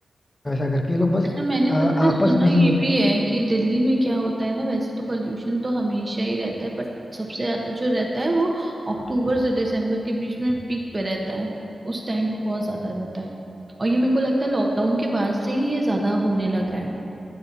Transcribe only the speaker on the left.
ऐसा करके ये लोग बस
अ, आपस
में ही